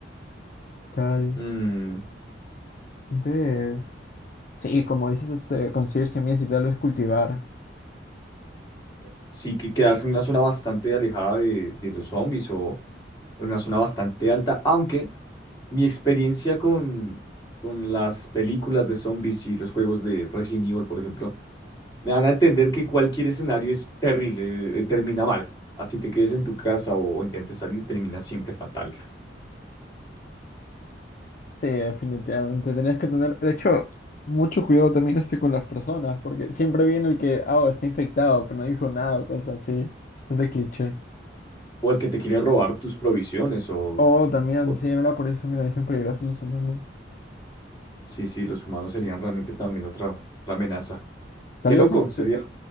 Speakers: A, on the left; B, on the left.
A: Tal
B: Mm,
A: vez. Sí, como dices, este, conseguir semillas y tal vez cultivar.
B: sí que quedarse en una zona bastante alejada de, de los zombies o en una zona bastante alta, aunque mi experiencia con, con las películas de zombies y los juegos de Resident Evil, por ejemplo, me van a entender que cualquier escenario es terrible, eh, termina mal. Así te quedes en tu casa o, o intentes salir, termina siempre fatal.
A: Sí, definitivamente. Tenías que tener. De hecho, mucho cuidado también este con las personas, porque siempre viene el que, ah, oh, está infectado, pero no dijo nada o cosas así. Es de cliché.
B: O al que te quiere robar tus provisiones o,
A: Oh, también,
B: o-
A: sí, ahora por eso, mira, dicen peligrosos los humanos.
B: sí, sí, los humanos serían realmente también otra, otra amenaza.
A: Tal
B: Qué
A: vez
B: loco,
A: este,
B: sería